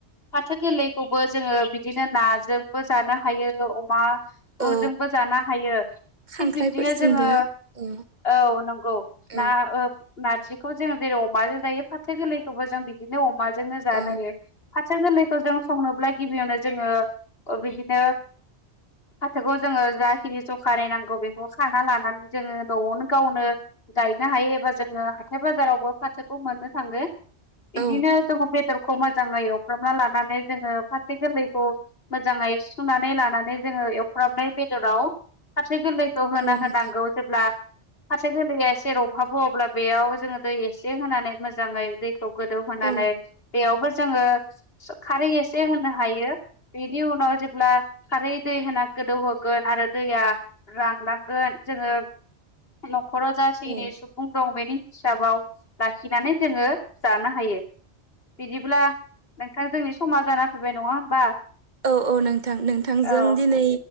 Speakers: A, on the left; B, on the right.
A: फाथो गोरलैखौबो जोङो बिदिनो नाजों बो जानो हायो, अमा
B: औ
A: जोंबो जानो हायो।
B: खांख्राइफोरजोंबो
A: थिग बिब्दिनो जोङो
B: औ
A: औ नंगौ
B: औ
A: ना ओ नारजिखौ जों जेरै अमाजों जायो फाथो गोरलैखौबो जों बिदिनो अमाजोंनो जानो
B: औ
A: हायो। फाथो गोरलैखौ जों संनोब्ला गिबियावनो जोङो ओ बिदिनो फाथोखौ जोङो जाखिनि ज'खानि नांगौ बेखौ खाना लानानै जोङो न'आवनो गावनो गायनो हायो एबा जोङो हाथाय बाजारावबो फाथोखौ मोननो थाङो। बिदिनो
B: औ
A: जोङो बेदर मोजाङै एवफ्रामना लानानै जोङो फाथो गोरलैखौ मोजाङै सुुनानै लानानै जोङो एव फ्रामनाय बेदराव फाथो गोरलैखौ होना
B: औ
A: होनांगौ
B: नोंथां
A: जेब्ला फाथो गोरलैया एसे रबहाङो अब्ला बेयाव जोङो दै एसे होनानै मोजाङै दैखौ गोदौ होनानै
B: औ
A: बेयाव जोङो खारै एसे होनो हायो बेनि उनाव जेब्ला खारै दै होना गोदौहोगोन आरो दैया रानलांगोन जोङो न' खराव जाखिनि
B: औ
A: सुबुं दं बेनि हिसाबाव लाखिनानै जोङो जानो हायो। बिदिब्ला नोंथां जोंनि समा जाना फैबाय नङा होमबा?
B: औ औ नोंथां नोंथांजों
A: औ
B: दिनै